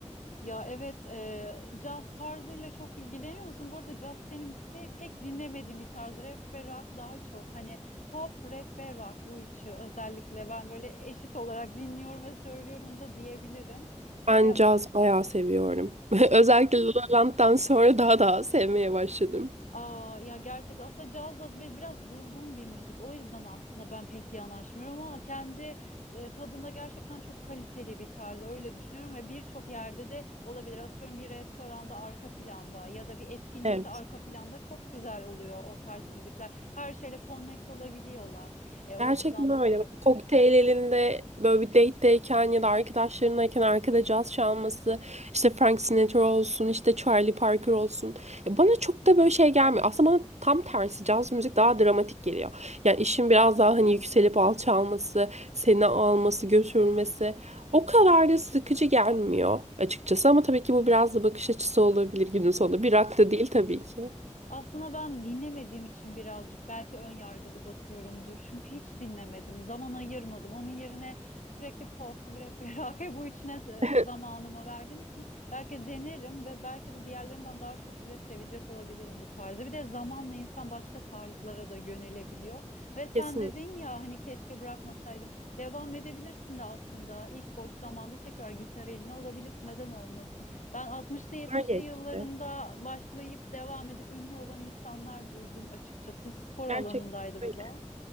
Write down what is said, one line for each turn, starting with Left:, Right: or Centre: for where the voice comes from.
Left: Ya evet e, caz tarzıyla çok ilgileniyor musun? Bu arada caz benim te- pek dinlemediğim bir tarz. Rap ve rock daha çok. Hani pop, rap ve rock bu üçü özellikle ben böyle eşit olarak dinliyorum ve söylüyorum da diyebilirim.
Right: Ben
Left: E,
Right: caz bayağı seviyorum. <laughs> Özellikle La La Land'dan sonra daha daha sevmeye başladım.
Left: Aa, ya gerçekten aslında caz da bir, biraz durgun bir müzik. O yüzden aslında ben pek yanaşmıyorum ama kendi e, tadında gerçekten çok kaliteli bir tarz. Öyle düşünüyorum ve birçok yerde de olabilir. Atıyorum bir restoranda arka planda ya da bir etkinlikte
Right: Evet.
Left: arka planda çok güzel oluyor o tarz müzikler. Her şeyle connect olabiliyorlar. E, o
Right: Gerçekten
Left: açıdan bakınca.
Right: öyle. Bak, Kokteyl elinde böyle bir date'deyken ya da arkadaşlarınlayken arkada caz çalması, işte Frank Sinatra olsun, işte Charlie Parker olsun. Ya bana çok da böyle şey gelmiyor. Aslında bana tam tersi caz müzik daha dramatik geliyor. Yani işin biraz daha hani yükselip alçalması, seni alması, götürmesi o kadar da sıkıcı gelmiyor açıkçası. Ama tabii ki bu biraz da bakış açısı olabilir günün sonunda. Bir rock da değil tabii ki.
Left: Aslında ben dinlemediğim için birazcık belki ön yargılı bakıyorumdur. Çünkü hiç dinlemedim, zaman ayırmadım. Onun yerine sürekli pop, rap, ve rock <laughs> bu üçüne
Right: <laughs>
Left: e, zamanımı verdiğim için belki denerim ve belki de diğerlerinden daha çok bile sevecek olabilirim bu tarzı. Bir de zamanla insan başka tarzlara da yönelebiliyor. Ve sen
Right: Kesinlikle
Left: dedin ya hani keşke bırakmasaydım. Devam edebilirsin de aslında ilk boş zamanda tekrar gitar eline alabilirsin. Neden olmasın? Ben 60'lı 70'li
Right: geçti.
Left: yıllarında başlayıp devam edip ünlü olan insanlar duydum açıkçası. Spor alanındaydı
Right: Gerçekten öyle.
Left: bu da.